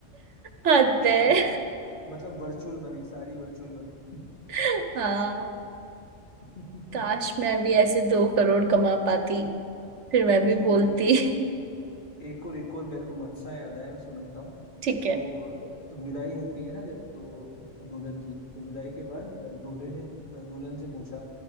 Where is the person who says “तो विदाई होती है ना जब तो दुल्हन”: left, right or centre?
Left